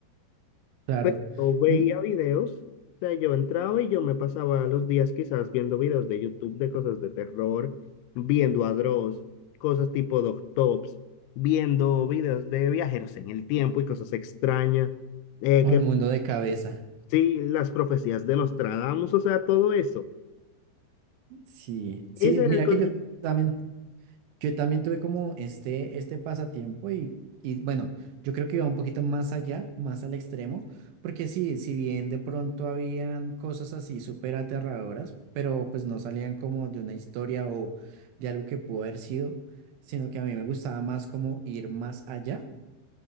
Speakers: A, on the right; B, on the left.
A: Claro.
B: Pero yo veía
A: Mm,
B: videos, o sea, yo entraba y yo me pasaba los días quizás viendo videos de YouTube de cosas de terror, viendo a Dross, cosas tipo Doctops, viendo videos de viajeros en el tiempo y cosas extrañas, eh,
A: O
B: que
A: el mundo de cabeza.
B: sí, las profecías de Nostradamus, o sea, todo eso.
A: Sí.
B: Ese
A: Sí, mira
B: era el contenido.
A: que yo también, yo también tuve como este, este pasatiempo y, y bueno, yo creo que iba un poquito más allá, más al extremo, porque sí, si bien de pronto habían cosas así súper aterradoras, pero pues no salían como de una historia o de algo que pudo haber sido, sino que a mí me gustaba más como ir más allá